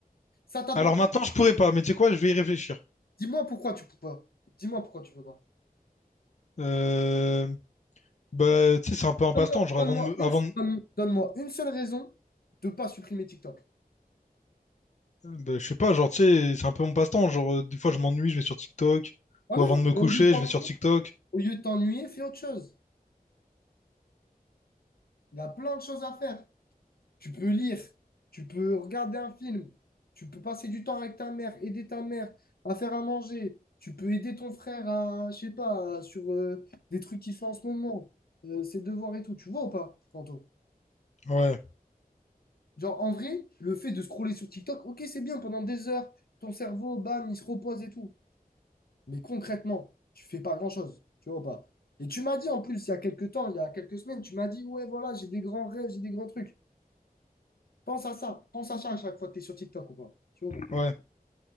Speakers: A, on the left; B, on the left.
A: Ça t'apporte.
B: Alors maintenant, je pourrais pas, mais tu sais quoi, je vais y réfléchir.
A: Dis-moi pourquoi tu peux pas. Dis-moi pourquoi tu peux pas.
B: Euh, bah, tu sais, c'est un peu un passe-temps.
A: Donne-moi
B: Genre,
A: donne-moi
B: avant de me-
A: une,
B: avant de-
A: donne- donne-moi une seule raison de pas supprimer TikTok.
B: euh, bah, je sais pas, genre, tu sais, c'est un peu mon passe-temps. Genre, euh, des fois, je m'ennuie, je vais sur TikTok.
A: Voilà.
B: Ou avant de me
A: Et
B: coucher,
A: au lieu de t'ennuyer,
B: je vais sur TikTok.
A: au lieu de t'ennuyer, fais autre chose. Il y a plein de choses à faire. Tu peux lire, tu peux regarder un film, tu peux passer du temps avec ta mère, aider ta mère à faire à manger, tu peux aider ton frère à, je sais pas, à- sur euh, des trucs qu'il fait en ce moment, euh, ses devoirs et tout. Tu vois ou pas, tantôt
B: Ouais,
A: Genre, en vrai, le fait de scroller sur TikTok, ok, c'est bien pendant des heures, ton cerveau, bam, il se repose et tout. Mais concrètement, tu fais pas grand-chose, tu vois ou pas. Et tu m'as dit en plus, il y a quelques temps, il y a quelques semaines, tu m'as dit, ouais, voilà, j'ai des grands rêves, j'ai des grands trucs. Pense à ça, pense à ça à chaque fois que tu es sur TikTok ou pas. Tu vois ou pas?
B: ouais.